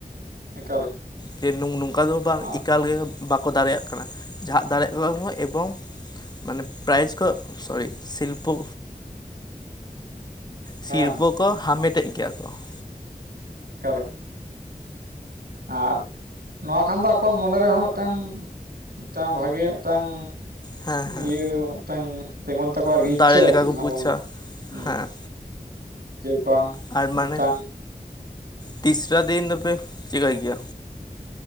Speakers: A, on the right; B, on the left.
A: ᱮᱠᱟᱞ ᱜᱮ
B: ᱡᱮ ᱱᱩᱝ ᱱᱩᱝᱼᱼ ᱱᱚᱝᱠᱟ ᱫᱚ ᱵᱟᱝ
A: ᱟᱨ
B: ᱮᱠᱟᱞ ᱜᱮ ᱵᱟᱠᱚ ᱫᱟᱲᱮᱭᱟᱜ ᱠᱟᱱᱟ, ᱡᱟᱜ ᱫᱟᱲᱮᱭᱟᱜ ᱠᱟᱱᱟ ᱠᱚ ᱮᱵᱚᱝᱼᱼ ᱢᱟᱱᱮ ᱯᱨᱟᱭᱤᱡᱽ ᱠᱚ ᱥᱚᱨᱤ ᱥᱤᱞᱯᱟᱹᱼᱼ ᱥᱤᱨᱯᱟᱹ
A: ᱦᱮᱸ ᱦᱮᱸ
B: ᱠᱚ ᱦᱟᱢᱮᱴᱮᱫ ᱜᱮᱭᱟ ᱠᱚ ᱾
A: ᱮᱠᱟᱞᱮ ᱟᱨ ᱱᱚᱣᱟ ᱠᱷᱟᱱ ᱫᱚ ᱟᱠᱚᱣᱟᱜ ᱢᱚᱱᱮ ᱨᱮᱦᱚᱸ ᱢᱤᱫᱴᱟᱝᱼᱼ ᱴᱟ ᱵᱷᱟᱜᱤ ᱢᱤᱫᱴᱟᱝᱼᱼ
B: ᱦᱮᱸ ᱦᱮᱸ
A: ᱤᱭᱟᱹ ᱢᱤᱫᱴᱟᱝ ᱛᱤᱜᱩᱱ ᱛᱟᱠᱚᱣᱟ ᱟᱨᱠᱤ
B: ᱫᱟᱲᱮ
A: ᱤᱪᱪᱷᱟᱹ
B: ᱞᱮᱠᱟ
A: ᱡᱟᱦᱟᱸ
B: ᱠᱚ ᱵᱩᱡᱟ
A: ᱵᱚᱱ, ᱦᱩᱸᱼᱼ
B: ᱦᱮᱸ
A: ᱡᱮ ᱵᱟᱝ,
B: ᱟᱨ ᱢᱟᱱᱮ
A: ᱢᱤᱫᱴᱟᱝᱼᱼ
B: ᱛᱤᱥᱨᱟ ᱫᱤᱱ ᱫᱚᱯᱮ ᱪᱤᱠᱟᱭ ᱜᱮᱭᱟ?